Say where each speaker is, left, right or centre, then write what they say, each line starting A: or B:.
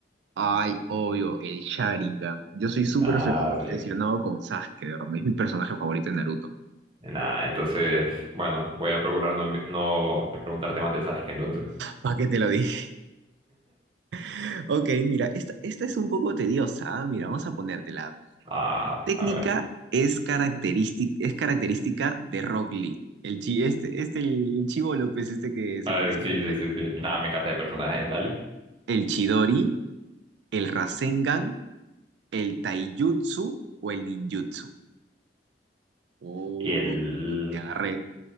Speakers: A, on the right; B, on the right.
A: Ay, obvio, el Sharingan. Yo soy súper
B: Ah,
A: obsesionado
B: sí.
A: con Sasuke, de verdad, es mi personaje favorito de Naruto.
B: Nada, entonces, bueno, voy a procurar no, envi- no preguntarte más de Sasuke entonces.
A: ¿Para qué te lo dije? <laughs> Ok, mira, esta, esta es un poco tediosa. ¿ah? Mira, vamos a ponértela.
B: Ah,
A: técnica
B: a ver.
A: es característica, es característica de Rock Lee. El chi, este, este, el Chivo López, este que se
B: A
A: parece
B: ver,
A: a
B: sí,
A: su entrenador.
B: sí, sí, sí. Nada, me encanta de personajes dale.
A: El Chidori, el Rasengan, el Taijutsu o el Ninjutsu. Oh,
B: Y él,
A: te agarré.